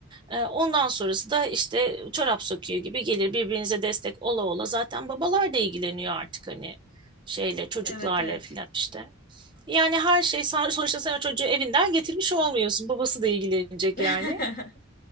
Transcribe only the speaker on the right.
E, ondan sonrası da işte çorap söküğü gibi gelir birbirinize destek ola ola zaten babalar da ilgileniyor artık hani şeyle çocuklarla
filan işte. Yani her şey sen, <laughs> sonuçta sen o çocuğu evinden getirmiş olmuyorsun. Babası da ilgilenecek
yani.